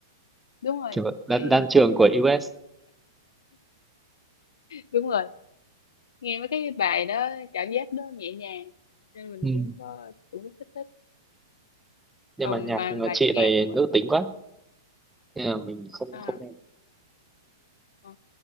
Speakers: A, on the left; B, in the centre.
A: đúng rồi
B: kiểu đan,
A: tại
B: đan trường của US
A: đúng rồi nghe mấy cái bài đó cảm giác đó nhẹ nhàng nên mình
B: ừ.
A: cũng có cũng có thích thích
B: nhưng
A: còn
B: mà nhạc
A: mà
B: ờ,
A: bài
B: chị
A: nhạc
B: này
A: mà
B: nữ tính quá nên là mình không
A: à,
B: không nghe được.
A: à,